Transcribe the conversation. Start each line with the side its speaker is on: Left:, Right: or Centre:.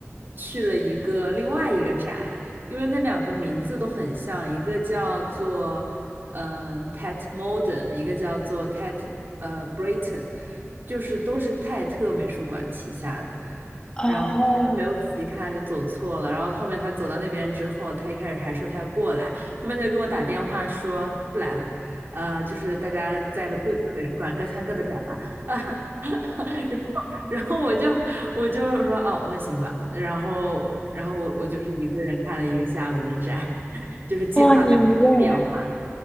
Right: 去了一个另外一个展，因为那两个名字都很像，一个叫做。嗯、t e t Modern，一个叫做 t a t 呃 Britain，就是都是泰特美术馆旗下的。然后他就没有仔细看，
Left: 哦，
Right: 就走错了。然后后面他走到那边之后，他一开始还说他要过来，后面他就给我打电话说不来了，呃，就是大家在各自的美术馆各看各的展吧。啊，<laughs> 然后我就我就说哦，那行吧。然后然后我我就是一个人看了一个下午的展，<laughs> 就是计划赶不上变化。
Left: 哇，你一个人，